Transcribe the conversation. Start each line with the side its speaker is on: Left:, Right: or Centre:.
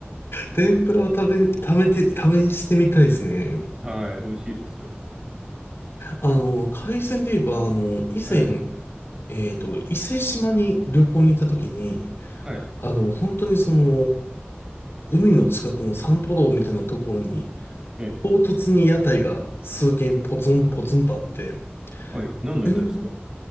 Left: 天ぷらは食べ、食べて、試してみたいですね。
Right: はい、美味しいですよ。
Left: あの、海鮮で言えば、あの、以前、
Right: はい、
Left: えっと、伊勢島に旅行に行った時に、
Right: はい、
Left: あの、本当にその、海の近くの散歩道みたいなところに、
Right: ええ、
Left: 唐突に屋台が数軒ポツンポツンとあって、
Right: はい、何の屋台ですか
Left: えん